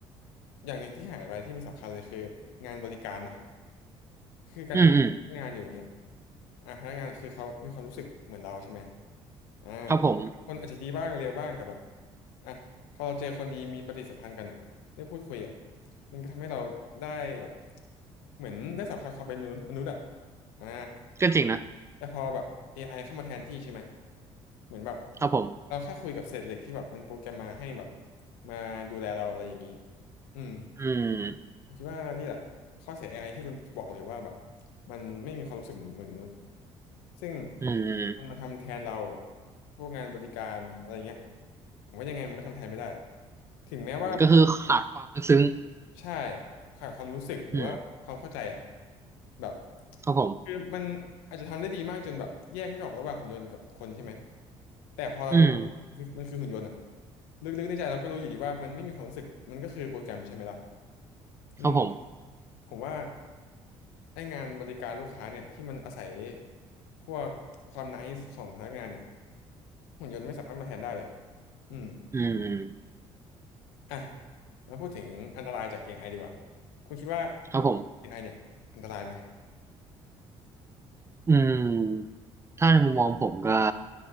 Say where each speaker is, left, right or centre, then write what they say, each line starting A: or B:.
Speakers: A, on the left (about 85°); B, on the right (about 20°).
A: อย่างหนึ่งที่หายไปที่มันสำคัญเลยคืองานบริการเนาะ คือการที่งานอยู่อย่างเงี้ย
B: อืมอืมอืม
A: อ่ะพนักงานคือเขามีความรู้สึกเหมือนเราใช่ไหมอ่า
B: ครับผม
A: คนอาจจะดีบ้างเลวบ้างแต่แบบอ่ะพอเราเจอคนดีมีปฏิสัมพันธ์กันอ่ะได้พูดคุยอ่ะมันก็ทำให้เราได้แบบเหมือนได้สัมผัสความเป็นมนุษย์มนุษย์อ่ะอ่า
B: ก็จริงนะ
A: แต่พอแบบ AI เข้ามาแทนที่ใช่ไหมเหมือนแบบ
B: ครับผม
A: เราแค่คุยกับเศษเหล็กที่แบบมันโปรแกรมมาให้แบบมาดูแลเราอะไรอย่างนี้อืม
B: อืม
A: ผมคิดว่านี่แหละข้อเสีย AI ที่คุณบอกเลยว่าแบบมันไม่มีความรู้สึกเหมือนมนุษย์ซึ่ง
B: อืม
A: มันมาทำแทนเราพวกงานบริการอะไรเงี้ยผมว่ายังไงมันก็ทำแทนไม่ได้ถึงแม้ว่า
B: ก็คือขาดความลึกซึ้ง
A: ใช่ขาดความรู้สึกหรือว่าความเข้าใจอะ
B: อืม
A: แบบ
B: ครับผม
A: คือมันอาจจะทำได้ดีมากจนแบบแยกไม่ออกระหว่างหุ่นยนต์กับคนใช่ไหมแต่พอเรารู้ว่าคือมันคือหุ่นยนต์อะ
B: อืม
A: ลึกๆในใจเราก็รู้อยู่ดีว่ามันไม่มีความรู้สึกมันก็คือโปรแกรมใช่ไหมล่ะอืม
B: ครับผม
A: ผมว่า ให้งานบริการลูกค้าเนี่ยที่มันอาศัยพวกความไนซ์ของพนักงานเนี่ยหุ่นยนต์ไม่สามารถมาแทนได้เลยอืม
B: อืม
A: อ่ะมาพูดถึงอันตรายจาก AI ดีกว่าคุณคิดว่า
B: ครับผม
A: AI เนี่ยอันตรายไหม
B: อืมถ้าในมุมมองผมก็